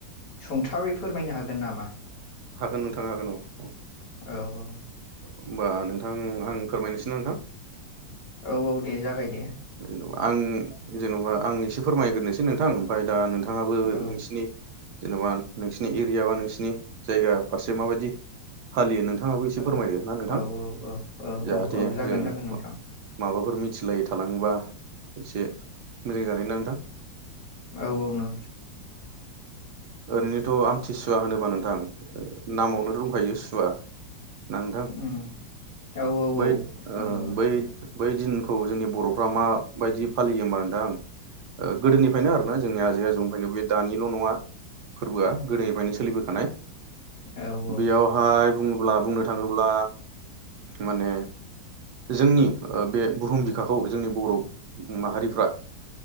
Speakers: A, on the left; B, on the right.
A: सुंथाबै फोरमायनो हागोन नामा?
B: हागोन नोंथां हागोन औ औ
A: औ औ
B: होमबा नों नोंथां आं फोरमायनोसै नोंथां
A: औ औ दे जागाय।
B: जेनेबा आं जेन'बा आं एसे फोरमायग्रोसै नोंथां ओमफ्राय दा नोंथाङाबो
A: औ
B: नोंसिनि जेन'बा नोंसिनि एरिया बा नोंसिनि नि जायगा फारसे माबायदि फालियो नों नोंथाङाबो एसे
A: औ
B: फोरमायदो ना नोंथां
A: औ औ
B: जाहाथे
A: औ जागोन
B: जों
A: जागोन नोंथां
B: माबाफोर मिथिलायो। <unintelligible> एसे मोजां जानायनि ना नोंथां
A: औ औ नो
B: ओरैनोथ' आमथि सुवा होनोबा नोंथां नामावनो दंखायो सुवा ना नोंथां
A: ओम औ औ
B: बै
A: औ
B: ओ
A: नंगौ नों
B: बै बै दिनखौ जोंनि बर'फ्रा माबायदि फालियो होमबा नोंथां ओ गोदोनिफ्रायनो आरोना जोंनि आजै आजौनिफ्रायनो बे दानिल' नङा फोरबोआ गोदोनिफ्रायनो सोलिबोखानाय।
A: औ औ
B: बेयावहाय बुङोब्ला बुंनो थाङोब्ला माने जोंनि ओ बे बुहुम बिखाखौ जोंनि बर' माहारिफ्रा